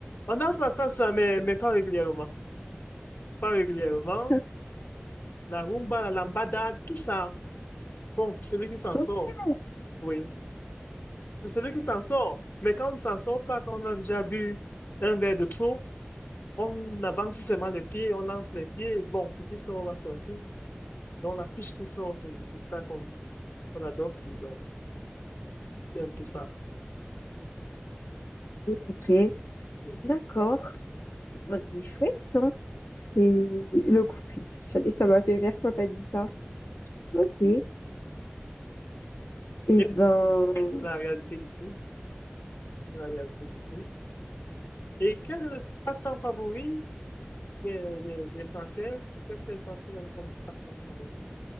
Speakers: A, on the left; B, on the left.
A: On danse la salsa, mais, mais pas régulièrement. Pas régulièrement.
B: <laughs>
A: La rumba, la lambada, tout ça. Bon, pour celui qui s'en
B: Ok,
A: sort, oui. Pour celui qui s'en sort. Mais quand on ne s'en sort pas, quand on a déjà bu un verre de trop, on avance seulement les pieds, on lance les pieds. Bon, ce qui sort va sortir. Donc, la fiche tout sort, c'est c'est ça qu'on Voilà, donc, tu vois, un peu ça.
B: ok,
A: Oui.
B: d'accord. Bah, c'est chouette, hein. C'est le coup est décalé, ça m'a fait rire quand t'as dit ça. Ok. Eh
A: Et
B: ben,
A: <laughs> la réalité d'ici, la réalité d'ici. Et quel passe-temps favori des, des, des Français? Qu'est-ce que les Français aiment comme passe-temps favori,